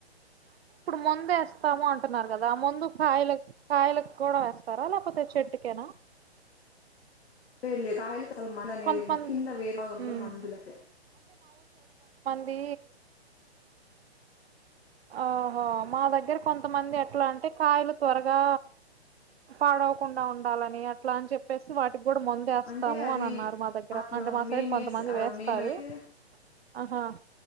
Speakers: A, on the right; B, on the left.
A: మొందు వేస్తాము అంటున్నారు కదా మందు కాయల కాయలకు కూడా వేస్తారా లేకపోతే చెట్టుకేనా.
B: లేదులే కాయకి కాద్ మందు అనేది
A: కొంతమంది
B: కింద వేరు భాగంలో
A: ఉమ్
B: మందులకి
A: తీ ఆహా మా దగ్గర కొంతమంది ఎట్లా అంటే కాయలు త్వరగా పాడవకుండా ఉండాలని అట్లా అని చెప్ పెసుమ ఇ కూడా మందేస్తాము
B: అంటే అది
A: అని అన్నారు మా దగ్గర
B: అట్లా
A: అంటే మా సైడ్
B: మేము
A: కొంతమంది
B: వేసే
A: వేస్తారు.
B: మేమైతే
A: ఆహా